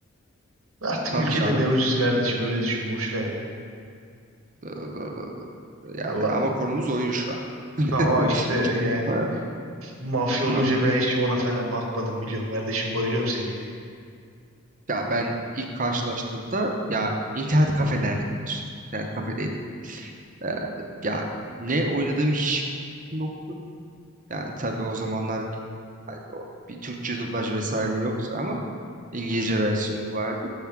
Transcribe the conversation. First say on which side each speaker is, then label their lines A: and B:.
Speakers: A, on the right; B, on the right.
A: Artık
B: Tabii
A: ülkede
B: canım.
A: ne ucuz kardeşim öyle düşün boş ver ya.
B: Doğru, doğru, doğru, doğru. Yani
A: Allah
B: ama konumuz oyun şu an. <laughs>
A: ama işte yani
B: Ha,
A: mafya olunca
B: ha.
A: ben hiç ona falan bakmadım biliyorum kardeşim bayılıyorum seriye.
B: Ya ben ilk karşılaştığımda ya internet kafelerde internet kafedeydim. Ee, yani ne oynadığım hiçbir fikrim yok. Yani tabii o zamanlar bir, hani o- bir Türkçe dublaj vesaire yoksa ama İngilizce versiyonu vardı.